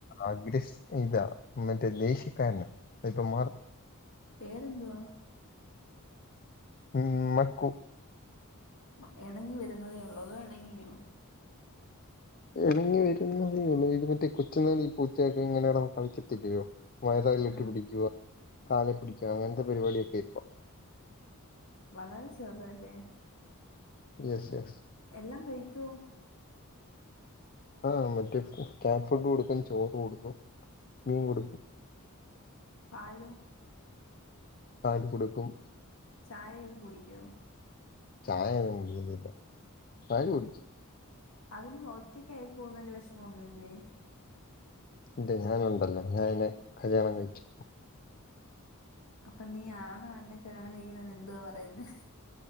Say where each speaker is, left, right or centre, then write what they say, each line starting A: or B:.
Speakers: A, on the left; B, on the left.
A: അഗ്രസ് ഇതാ മറ്റേ ദേഷ്യക്കാരനാ അതിപ്പ മാറും
B: പേരെന്തുവാ
A: ഉം മക്കു
B: മ എണങ്ങി വരുന്നതേ ഉള്ളോ അതോ എണങ്ങിയോ
A: എണങ്ങി വരുന്നതേ ഉള്ളൂ ഇത് മറ്റേ കൊച്ചുനാളിൽ ഈ പൂച്ചയൊക്കെ ഇങ്ങനെ <unintelligible> കളിക്കത്തില്ലയോ വയറാലിട്ടി
B: ആ
A: പിടിക്കുവ കാലേ പിടിക്ക അങ്ങനത്തെ പരിപാടിയൊക്കെ ഇപ്പൊ
B: വളരെ ചെറ്തല്ലേ
A: എസ് എസ്
B: എല്ലാം കഴിക്കൊ?
A: ആഹ് മറ്റേ ക്യാറ്റ് ഫുഡ് കൊടുക്കും, ചോറ് കൊടുക്കും, മീൻ കൊടുക്കും,
B: പാലോ?
A: പാല് കൊടുക്കും
B: ചായ ക്കെ കുടിക്കോ?
A: ചായയൊന്നും കുടിക്കത്തില്ല പാല് കുടിക്കും
B: അതിന് ഒറ്റയ്ക്ക് ആയി പോകുന്നതിന്റെ വെഷമൊന്നുല്ലേ?
A: ഇല്ല ഞാനുണ്ടല്ലോ ഞാന് അയ്നെ കല്യാണം കഴിച്ചു
B: അപ്പ നീ ആണണിനെ കല്യാണം കഴിക്കുന്നതിനെ എന്തുവാ പറയുന്നേ